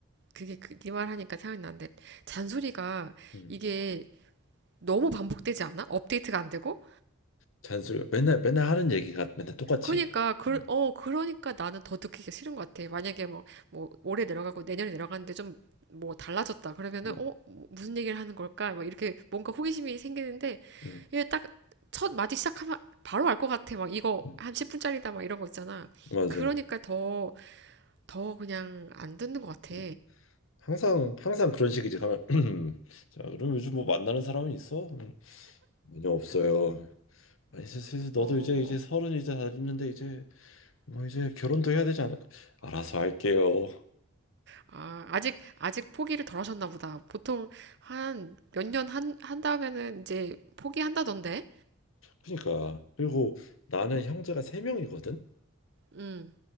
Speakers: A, on the right; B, on the left.
A: 그게 그, 네 말 하니까 생각나는데, 잔소리가
B: 음.
A: 이게 너무 반복되지 않아? 업데이트가 안 되고?
B: 잔소리 맨날 맨날 하는 얘기가 맨날 똑같지.
A: 그러니까 그,
B: 응.
A: 어 그러니까 나는 더 느끼기가 싫은 것 같아. 만약에 뭐 뭐 올해 내려가고 내년에 내려가는데 좀 뭐 달라졌다 그러면은
B: 응,
A: 어 뭐, 무슨 얘기를 하는 걸까? 막 이렇게 뭔가 호기심이 생기는데
B: 응,
A: 이게 딱 첫 마디 시작하면 바로 알 것 같아. 막 이거
B: 응,
A: 한 10분짜리다 막 이런 거 있잖아.
B: 맞아.
A: 그러니까 더 더 그냥 안 듣는 것 같아.
B: 응. 항상 항상 그런 식이지. 가면 <clears throat> 자, 그럼 요즘 뭐 만나는 사람은 있어? 음, 전혀 없어요. 아니, 슬- 슬- 너도
A: 어,
B: 이제 이제 서른 이제 다 됐는데 이제 뭐 이제 결혼도 해야 되지 않을까? 알아서 할게요.
A: 아, 아직, 아직 포기를 덜 하셨나 보다. 보통 한 몇 년 한, 한 다음에는 이제 포기한다던데?
B: 그러니까 그리고 나는 형제가 세 명이거든.
A: 음,